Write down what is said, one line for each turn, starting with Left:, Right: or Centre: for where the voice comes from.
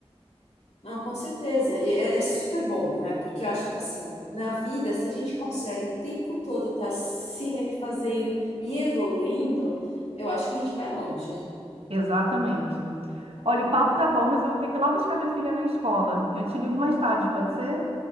Left: não, com certeza. E é, é super bom, né? Porque eu acho que, assim, na vida, se a gente consegue o tempo todo estar se refazendo e evoluindo, eu acho que a gente vai longe.
Right: Exatamente. Olha, o papo tá bom, mas eu vou ter que ir lá buscar minha filha na escola. Eu te ligo mais tarde, pode ser?